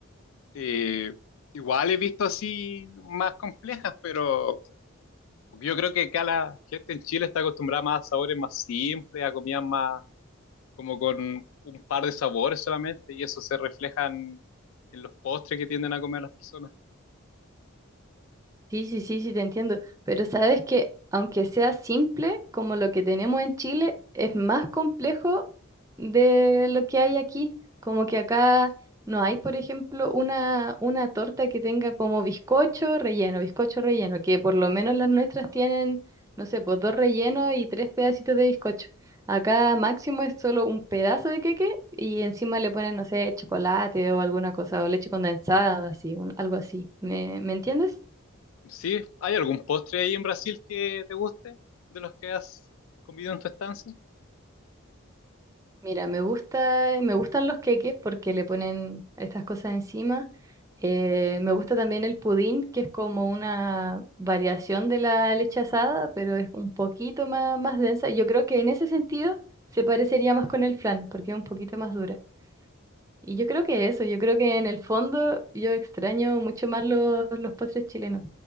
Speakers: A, on the left; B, on the right.
A: Eh, igual he visto así más complejas, pero Porque yo creo que acá la gente en Chile está acostumbrada más a sabores más simples, a comidas más como con un par de sabores solamente, y eso se refleja en, en los postres que tienden a comer las personas.
B: Sí, sí, sí, sí, te entiendo. Pero sabes que aunque sea simple, como lo que tenemos en Chile, es más complejo de lo que hay aquí. Como que acá no hay, por ejemplo, una, una torta que tenga como bizcocho relleno, bizcocho relleno, que por lo menos las nuestras tienen, no sé, pues dos rellenos y tres pedacitos de bizcocho. Acá máximo es solo un pedazo de queque y encima le ponen, no sé, chocolate o alguna cosa, o leche condensada, así, un- algo así. ¿Me, me entiendes?
A: ¿Sí? ¿Hay algún postre ahí en Brasil que te guste de los que has comido en tu estancia?
B: Mira, me gusta, eh, me gustan los queques porque le ponen estas cosas encima. Eh, me gusta también el pudín, que es como una variación de la leche asada, pero es un poquito más, más densa. Yo creo que en ese sentido se parecería más con el flan, porque es un poquito más dura. Y yo creo que eso, yo creo que en el fondo yo extraño mucho más los, los postres chilenos.